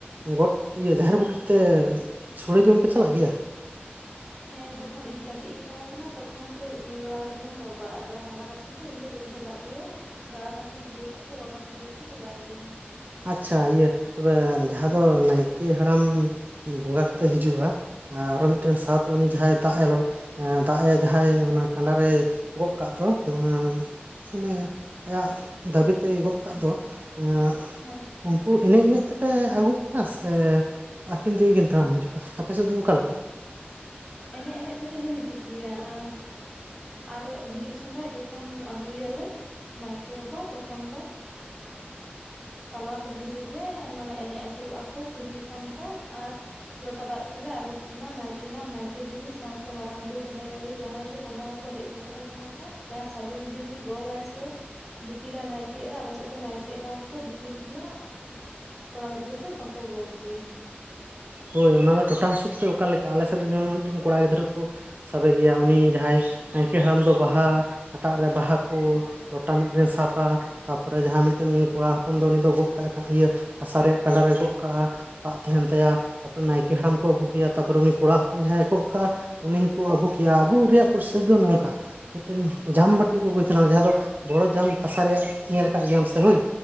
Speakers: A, on the right; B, in the centre.
A: ᱜᱚᱴ, ᱤᱭᱟᱹ ᱡᱟᱦᱮᱨ ᱵᱩᱴᱟᱹ ᱛᱮ ᱥᱳᱲᱮ ᱡᱚᱢ ᱯᱮ ᱪᱟᱞᱟᱜ ᱜᱮᱭᱟ?
B: ᱦᱮᱸ ᱡᱚᱠᱷᱚᱱ ᱤᱧ ᱠᱟᱹᱴᱤᱡ ᱤᱧ ᱛᱟᱦᱮᱸ ᱠᱟᱱᱟ ᱛᱚᱠᱷᱚᱱ ᱠᱚ ᱤᱫᱤ ᱵᱟᱲᱟ ᱠᱟᱫᱤᱧᱟ ᱵᱟᱵᱟ ᱟᱫᱚ ᱦᱟᱨᱟ ᱠᱟᱛᱮ ᱫᱚ ᱤᱧ ᱫᱚ ᱵᱟᱹᱧ ᱪᱟᱞᱟᱜ ᱜᱮᱭᱟ ᱫᱟᱫᱟ ᱛᱟᱠᱚ ᱵᱷᱟᱹᱭ ᱛᱟᱠᱚ ᱵᱟᱵᱟ ᱛᱟᱠᱚ ᱜᱮᱠᱚ ᱪᱟᱞᱟᱜ ᱜᱮᱭᱟ᱾
A: ᱟᱪᱪᱷᱟ ᱤᱭᱟᱹ ᱛᱚᱵᱮ ᱡᱟᱦᱟᱸ ᱫᱚ ᱱᱟᱭᱠᱮ ᱦᱟᱲᱟᱢ ᱵᱚᱸᱜᱟ ᱠᱟᱛᱮ ᱦᱤᱡᱩᱜᱼᱟ ᱟᱨᱚ ᱢᱤᱫᱴᱮᱱ ᱥᱟᱶᱛᱮ ᱩᱱᱤ ᱡᱟᱦᱟᱸᱭ ᱫᱟᱜ-ᱮ ᱞᱚ ᱫᱟᱜ ᱮ ᱡᱟᱦᱟᱸᱭ ᱚᱱᱟ ᱠᱟᱸᱰᱟ ᱨᱮᱭ ᱜᱚᱜ ᱠᱟᱜ ᱫᱚ ᱮᱸ ᱢᱟᱱᱮ ᱟᱭᱟᱜ ᱫᱟᱹᱵᱤ ᱛᱮᱭ ᱜᱚᱜ ᱠᱟᱜ ᱫᱚ ᱮᱸ
B: ᱦᱮᱸ
A: ᱩᱱᱠᱩ ᱮᱱᱮᱡ ᱮᱱᱮᱡ ᱛᱮᱯᱮ ᱟᱹᱜᱩ ᱠᱚᱣᱟ ᱥᱮ ᱟᱹᱠᱤᱱ ᱛᱮᱜᱮᱠᱤᱱ ᱛᱟᱲᱟᱢ ᱦᱤᱡᱩᱜᱼᱟ ᱟᱯᱮ ᱥᱮᱫ ᱫᱚ ᱚᱠᱟ ᱞᱮᱠᱟ?
B: ᱮᱱᱮᱡ ᱮᱱᱮᱡ ᱛᱮᱜᱮ ᱞᱮ ᱦᱤᱡᱩᱜ ᱜᱮᱭᱟ ᱾ ᱟᱨ ᱦᱤᱡᱩᱜ ᱥᱚᱢᱚᱭᱡ ᱡᱚᱠᱷᱚᱱ ᱟᱹᱜᱩᱭᱟᱞᱮ ᱱᱟᱭᱠᱮ ᱵᱟᱵᱟ ᱛᱚᱠᱷᱚᱱ ᱫᱚ
A: <unintelligible>
B: ᱛᱟᱞᱟ ᱠᱩᱞᱦᱤ ᱨᱮᱜᱮ ᱢᱟᱱᱮ ᱮᱱᱮᱡ ᱟᱹᱪᱩᱨᱚᱜᱚᱜᱼᱟ ᱠᱚ ᱠᱩᱲᱤ ᱦᱚᱯᱚᱱ ᱠᱚ ᱟᱨ ᱞᱚᱴᱟ ᱫᱟᱜ ᱛᱮᱞᱮ ᱟᱹᱨᱩᱵ ᱠᱮᱫᱱᱟ ᱱᱟᱭᱠᱮ ᱦᱟᱲᱟᱢ ᱱᱟᱭᱠᱮ <unintelligible> ᱵᱩᱲᱦᱤ ᱥᱟᱶᱛᱮ ᱢᱟᱨᱟᱝ ᱵᱩᱨᱩ ᱡᱟᱦᱮᱨ ᱟᱭᱳ ᱡᱟᱦᱟᱸᱭ ᱜᱮ ᱵᱚᱸᱜᱟ ᱦᱚᱸᱠᱚ ᱦᱮᱡ ᱥᱮᱴᱮᱨ ᱟᱠᱟᱱᱟ ᱠᱚ ᱪᱟᱥ ᱥᱟᱹᱜᱩᱱ ᱫᱤᱞᱤ ᱜᱚᱜ ᱟᱭᱥᱮ ᱫᱤᱯᱤᱞᱟᱭ ᱱᱟᱭᱠᱮ ᱮᱨᱟ ᱟᱞᱮ ᱥᱮᱫ ᱫᱚ ᱱᱟᱭᱠᱮ ᱮᱨᱟ ᱦᱚᱸᱠᱚ ᱫᱤᱯᱤᱞ ᱜᱮᱭᱟ ᱾ ᱠᱚᱲᱟ ᱜᱤᱫᱽᱨᱟᱹ ᱫᱚ ᱵᱟᱠᱚ ᱜᱚᱜᱽ ᱜᱮᱭᱟ ᱾
A: ᱦᱳᱭ ᱚᱱᱟ ᱫᱚ ᱴᱚᱴᱷᱟ ᱦᱤᱥᱟᱹᱵᱽ ᱛᱮ ᱚᱠᱟᱞᱮᱠᱟ ᱟᱞᱮᱥᱮᱫ ᱫᱚ ᱡᱮᱢᱚᱱ ᱢᱤᱫᱴᱟᱹᱱ ᱠᱚᱲᱟ ᱜᱤᱫᱽᱨᱟᱹ ᱠᱚ ᱥᱟᱵᱮ ᱜᱮᱭᱟ ᱩᱱᱤ ᱡᱟᱦᱟᱸᱭ ᱱᱟᱭᱠᱮ ᱦᱟᱲᱟᱢ ᱫᱚ ᱵᱟᱦᱟ ᱦᱟᱴᱟᱜ ᱨᱮ ᱵᱟᱦᱟ ᱠᱚ ᱞᱚᱴᱟ ᱢᱤᱫᱴᱮᱱ ᱮ ᱥᱟᱵᱟ ᱛᱟᱨᱯᱚᱨᱮ ᱡᱟᱦᱟᱸ ᱢᱤᱫᱴᱟᱹᱱ ᱠᱚᱲᱟ ᱦᱚᱯᱚᱱ ᱫᱚ ᱩᱱᱤ ᱫᱚ ᱜᱚᱜ ᱠᱟᱜ-ᱟᱭ ᱤᱭᱟᱹ ᱦᱟᱥᱟ ᱨᱮᱭᱟᱜ ᱠᱟᱸᱰᱟ ᱨᱮ ᱜᱚᱜ ᱠᱟᱜᱼᱟ, ᱫᱟᱜ ᱛᱟᱦᱮᱸᱱ ᱛᱟᱭᱟ ᱾ ᱛᱟᱯᱚᱨᱮ ᱱᱟᱭᱠᱮ ᱦᱟᱲᱟᱢ ᱠᱚ ᱟᱹᱵᱩᱠᱮᱭᱟ, ᱛᱟᱯᱚᱨ ᱩᱱᱤ ᱠᱚᱲᱟ ᱦᱚᱯᱚᱱ ᱡᱟᱦᱟᱸᱭ ᱮ ᱜᱚᱜ ᱠᱟᱜᱼᱟ ᱩᱱᱤ ᱦᱚᱸᱠᱚ ᱟᱹᱵᱩᱠᱮᱭᱟ ᱟᱹᱵᱩᱜ ᱨᱮᱭᱟᱜ ᱯᱚᱨᱥᱮᱥ ᱫᱚ ᱱᱚᱝᱠᱟ ᱢᱤᱫᱴᱟᱹᱱ ᱡᱟᱢ ᱵᱟᱴᱤ ᱠᱚ ᱟᱹᱜᱩᱭ ᱛᱟᱦᱮᱱᱟ ᱡᱟᱦᱟᱸ ᱫᱚ ᱵᱚᱲᱚ ᱡᱟᱢ ᱠᱟᱸᱥᱟ ᱨᱮᱭᱟᱜ ᱧᱮᱞ ᱟᱠᱟᱫ ᱜᱮᱭᱟᱢ ᱥᱮ ᱦᱳᱭ?